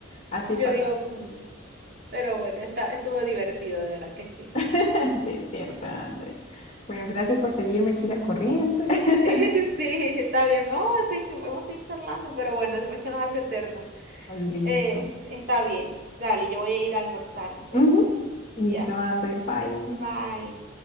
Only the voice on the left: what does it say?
así
pasa.
<laughs> Sí, es cierto, André. Bueno, gracias por seguirme aquí la corriente. <laughs>
Listo.
Ujú. Listo,
André. Bye.